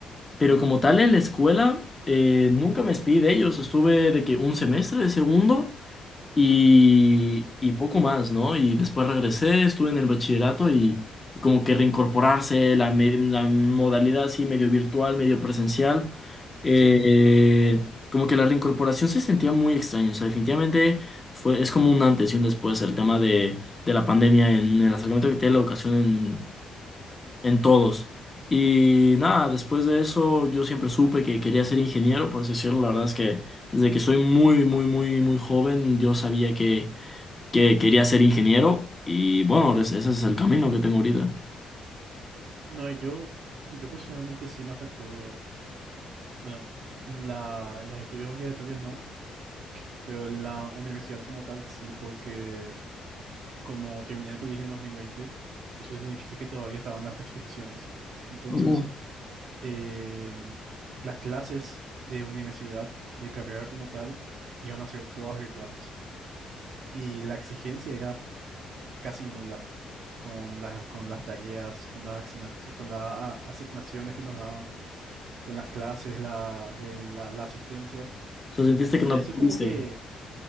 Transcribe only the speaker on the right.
sí.
No, y yo, yo personalmente sí me afectó, bueno, en la, en los estudios obligatorios no, pero en la universidad como tal sí, porque como terminé el colegio en 2020, eso significa que todavía estaban las restricciones. Entonces,
em, las clases de universidad, de carrera como tal, iban a ser todas virtuales. Y la exigencia era casi nula con las, con las tareas, con las, axina- con las a- asignaciones que nos daban, con las clases, la, el- la, la asistencia.
Entonces
eso es como que,